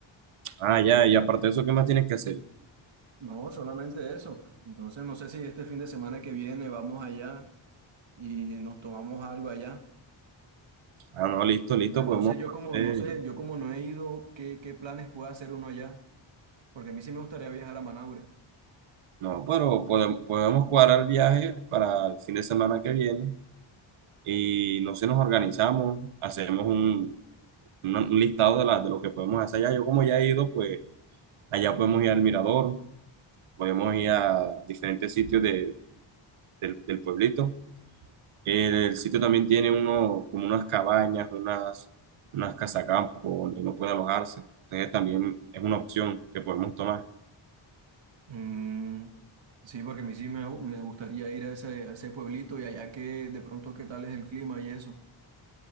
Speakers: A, on the right (about 85°); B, on the right (about 65°).
A: Ah, ya, y aparte de eso, ¿qué más tienes que hacer?
B: No, solamente eso. Entonces no sé si este fin de semana que viene vamos allá y nos tomamos algo allá.
A: Ah, no, listo, listo,
B: Pero entonces
A: podemos...
B: yo como
A: eh,
B: no sé, yo como no he ido, ¿qué, qué planes puede hacer uno allá? Porque a mí sí me gustaría viajar a Manaure.
A: no, pero podemos, podemos cuadrar el viaje para el fin de semana que viene y no sé, nos organizamos, hacemos un, un- un listado de, la, de lo que podemos hacer allá. Yo como ya he ido, pues allá podemos ir al mirador, podemos ir a diferentes sitios de- del del pueblito. Eh, el sitio también tiene uno, como unas cabañas, unas, unas casacampo donde uno puede alojarse. Entonces también es una opción que podemos tomar.
B: Mm, sí, porque a mí sí me, me gustaría ir a ese, a ese pueblito y allá que de pronto qué tal es el clima y eso.